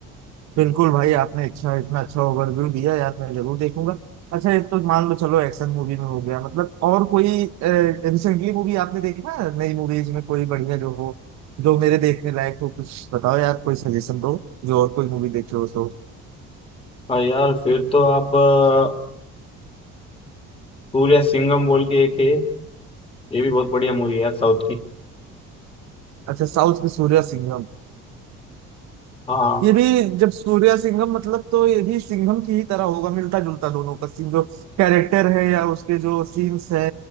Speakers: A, on the right (about 65°); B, on the left (about 20°).
A: बिल्कुल भाई आपने अच्छा इतना अच्छा ओवरव्यू दिया यार मैं जरूर देखूंगा अच्छा ये तो मान लो चलो एक्शन मूवी में हो गया मतलब और कोई रिसेंटली मूवी आपने देखा है? नई मूवीज में कोई बढ़िया जो हो जो मेरे देखने लायक हो कुछ बताओ यार कोई सजेशन दो जो और कोई मूवी देखे हो तो
B: और यार फिर तो आप अ, सूर्या सिंघम बोल के एक है ये भी बहुत बढ़िया मूवी है यार साउथ की
A: अच्छा साउथ में सूर्या सिंघम
B: हाँ
A: ये भी जब सूर्या सिंघम मतलब तो ये भी सिंघम की ही तरह होगा मिलता जुलता दोनों का सीन जो कैरेक्टर है या उसके जो सीन्स है